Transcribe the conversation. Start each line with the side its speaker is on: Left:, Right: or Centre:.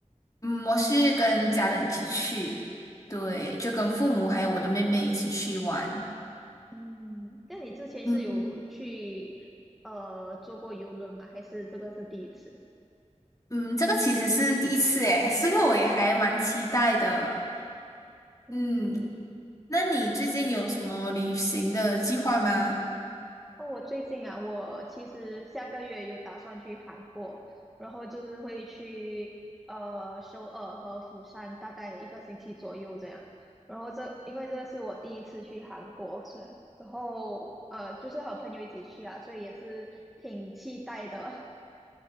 Left: 嗯，我是跟家人一起去，对，就跟父母还有我的妹妹一起去玩。
Centre: 嗯，那你之前是有去呃坐过游轮吗？
Left: 嗯
Centre: 还是这个是第一次？
Left: 嗯，这个其实是第一次诶，所以我也还蛮期待的。
Centre: 嗯，
Left: 嗯，那你最近有什么旅行的计划吗？
Centre: 哦，我最近啊，我其实下个月有打算去韩国，然后就是会去呃首尔和釜山，大概一个星期左右这样。然后这因为这是我第一次去韩国，是，然后呃就是和朋友一起去啊，所以也是挺期待的。<laughs>